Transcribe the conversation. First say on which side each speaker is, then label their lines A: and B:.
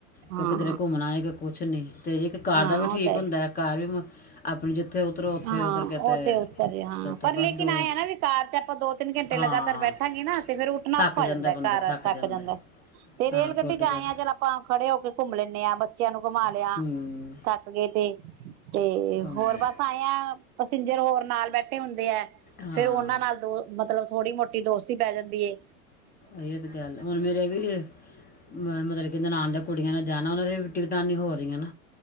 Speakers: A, on the right; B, on the left.
A: ਹਾਂ
B: ਕੋਈ ਕਿਦਰੇ ਘੁੰਮਨਾ ਏ ਕੋ ਕੁਛ <unintelligible> ਤੇ ਇਕ ਕਾਰ
A: ਹਾਂ
B: ਦਾ ਵੀ ਠੀਕ
A: ਉਹ ਤਾਂ ਹੈ
B: ਹੁੰਦੈ। ਕਾਰ ਵੀ ਮ <unintelligible> ਉੱਥੇ
A: ਹਾਂ
B: ਉਤਰ ਕੇ
A: ਓ ਤੇ ਉੱਤਰੇ ਆ,
B: ਸਭ
A: ਪਰ
B: ਤੋਂ ਬਸ
A: ਲੇਕਿਨ
B: ਦੋ
A: ਆਏ ਆ ਨਾ ਵੀ ਕਾਰ ਚ ਆਪਾਂ ਦੋ ਤਿੰਨ ਘੰਟੇ
B: ਹਾਂ
A: ਲਗਾਤਾਰ ਬੈਠਾਂਗੇ ਨਾ, ਤੇ ਫੇਰ ਉੱਠਨਾ
B: ਥੱਕ
A: ਓਖਾੱ ਹੋ ਜਾਂਦਾ
B: ਬੰਦਾ
A: ਘਰ ਆ ਥੱਕ
B: ਜਾਂਦਾ
A: ਜਾਂਦੈ, ਤੇ ਰੇਲ
B: ਹਾਂ
A: ਗੱਡੀ
B: ਗੁੱਡ
A: ਚ ਆਂਏ
B: ਗੁੱਡ
A: ਆ ਚੱਲ ਆਪਾਂ ਖੜੇ ਹੋ ਕੇ ਘੁੰਮ ਲੈਂਨੇ ਆਂ ਬੱਚੇਆਂ ਨੂੰ ਘੁਮਾ ਤੇ, ਆ
B: ਹੂੰ
A: ਥੱਕ ਕੇ ਤੇ ਤੇ
B: ਘੁੰਮ
A: ਹੋਰ
B: ਲਿਆ
A: ਬਸ ਭਾਏਆ ਪਸਿੰਜਰ ਹੋਰ ਨਾਲ ਬੈਠੇ ਹੁੰਦੇ ਐ
B: ਹਾਂ
A: ਫੇਰ ਓਨਾਂ ਨਾਲ ਦੋ, ਮਤਲਵ ਥੋੜੀ ਮੋਟੀ <unintelligible> ਦੋਸਤੀ ਪੈ ਜਾਂਦੀ ਏ
B: ਏਇਓ ਤੇ ਗੱਲ, ਹੁਣ ਮੇਰੇ ਵੀ ਮ ਮਤਲਵ ਕਿ ਨਨਾਨ ਦੇ ਕੁੜੀਆਂ ਨੇ ਜਾਨਾ ਓਨਾਂ ਦੀ ਵੀ ਟਿਕਟਾਂ ਨਹੀਂ ਹੋਰੀ ਹੋਣ,